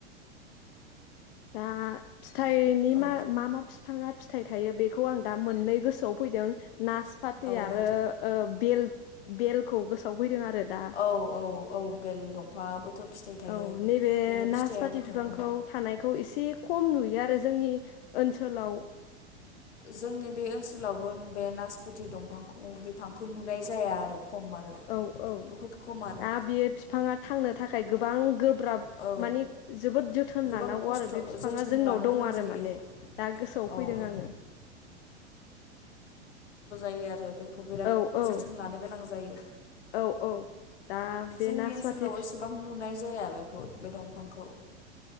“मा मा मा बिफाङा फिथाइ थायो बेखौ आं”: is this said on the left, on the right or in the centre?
Left